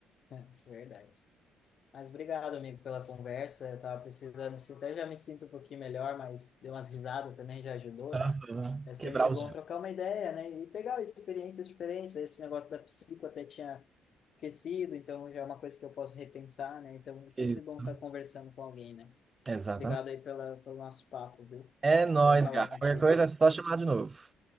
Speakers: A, on the left; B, on the right.
A: é, <laughs> é, verdade. Mas obrigado, amigo, pela conversa. Eu tava precisando, assim, até já me sinto um pouquinho melhor, mas deu umas risadas também, já ajudou,
B: Aham.
A: né? É sempre
B: Quebrar
A: bom
B: os.
A: trocar uma ideia, né? E pegar experiências diferentes. Esse negócio da psico eu até tinha esquecido, então já é uma coisa que eu posso repensar, né? Então é sempre
B: Isso.
A: bom estar conversando com alguém, né?
B: Exatamente.
A: Obrigado aí pela, pelo nosso papo, viu?
B: É nóis,
A: Bom falar
B: gato.
A: contigo.
B: Qualquer coisa é só chamar de novo.